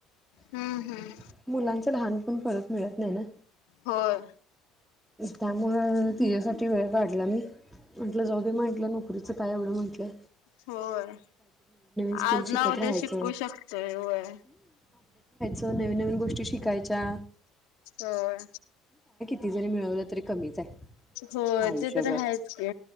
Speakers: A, on the left; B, in the centre.
A: हम्म
B: -
A: हम्म
B: मुलांचं लहान पण परत मिळत नाही ना?
A: होय.
B: त्यामुळं तिझ्यासाठी वेळ काढला मी म्हंटलं जाऊदे म्हटलं नोकरीच काय एवढं म्हंटलं.
A: होय.
B: स्किल
A: आज
B: शिकत
A: न उद्या
B: राहायचं
A: शिकू शकतोय होय.
B: तर नवीन नवीन गोष्टी शिकायच्या.
A: होय
B: ती जरी मिळवलं तरी कमीच आहे
A: होय
B: आयुष्यभर
A: ते तर हायच की